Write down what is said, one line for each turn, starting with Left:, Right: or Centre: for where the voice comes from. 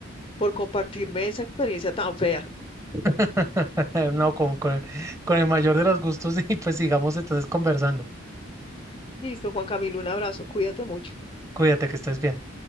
Left: por compartirme esa experiencia tan fea.
Right: <laughs> No, con, con, con el mayor de los gustos y pues sigamos entonces conversando.
Left: Listo, Juan Camilo, un abrazo, cuídate mucho.
Right: Cuídate que estés bien.